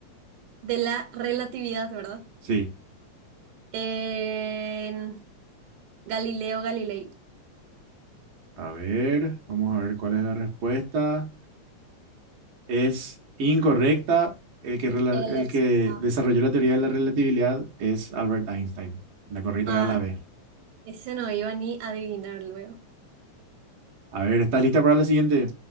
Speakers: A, on the right (about 85°); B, on the right (about 75°).
A: De la relatividad, ¿verdad?
B: Sí.
A: En Galileo Galilei.
B: A ver, vamos a ver cuál es la respuesta. Es incorrecta. El que, rela-
A: Era
B: el
A: la opción
B: que
A: A.
B: desarrolló la teoría de la relatividad es Albert Einstein. La correcta
A: Ay,
B: era la B.
A: ese no iba ni a adivinar luego.
B: A ver, ¿estás lista para la siguiente?